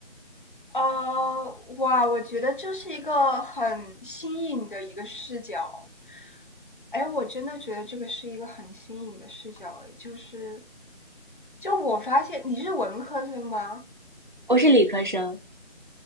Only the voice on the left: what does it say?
呃，哇，我觉得这是一个很新颖的一个视角。哎，我真的觉得这个是一个很新颖的视角，哎，就是，就我发现你是文科生吗？